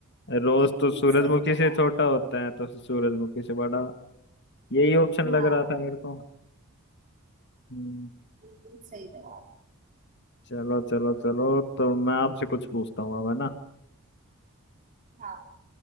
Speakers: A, on the left; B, on the right.
A: रोज
B: बिल्कुल
A: तो सूरजमुखी
B: सही जवाब
A: से छोटा होता है तो सूरजमुखी से बड़ा यही ऑप्शन
B: हाँ
A: लग रहा था मेरे को हम्म
B: बिल्कुल सही जवाब
A: चलो चलो चलो तो मैं आपसे कुछ पूछता हूँ अब है ना
B: हाँ